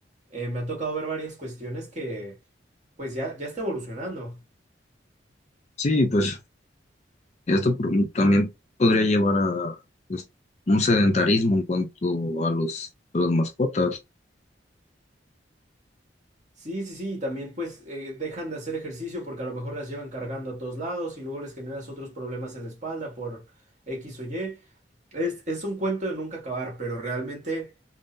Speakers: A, on the right (about 40°); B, on the left (about 40°).
A: eh, me ha tocado ver varias cuestiones que, pues ya, ya está evolucionando.
B: Sí, pues esto pro- también podría llevar a pues, un sedentarismo en cuanto a los, a las mascotas.
A: Sí, sí, sí, y también pues eh, dejan de hacer ejercicio porque a lo mejor las llevan cargando a todos lados y luego les generas otros problemas en la espalda por X o Y. Es, es un cuento de nunca acabar, pero realmente